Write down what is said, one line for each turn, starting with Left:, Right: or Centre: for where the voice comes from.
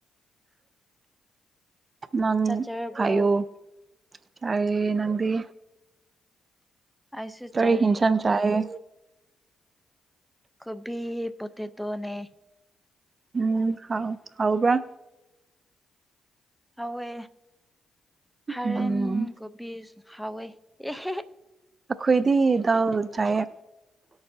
Right: ꯃꯪ
Centre: ꯆꯥꯛ ꯆꯥꯔꯕ꯭ꯔꯣ
Right: ꯍꯥꯏꯌꯣ ꯇꯥꯏꯌꯦ ꯅꯪꯗꯤ
Centre: ꯑꯩꯁꯨ
Right: ꯀꯔꯤ
Centre: ꯆꯥꯔꯦ
Right: ꯍꯤꯡꯁꯟ ꯆꯥꯏꯌꯦ
Centre: ꯀꯣꯕꯤ ꯄꯣꯇꯦꯇꯣ ꯅꯦ
Right: ꯎꯝ ꯍꯥꯎ ꯍꯥꯎꯕ꯭ꯔ
Centre: ꯍꯥꯎꯋꯦ ꯍꯔꯦꯟ
Right: ꯎꯝ
Centre: ꯀꯣꯕꯤꯁ ꯍꯥꯎꯋꯦ <unintelligible>
Right: ꯑꯈꯣꯏꯗꯤ ꯗꯥꯜ ꯆꯥꯏꯌꯦ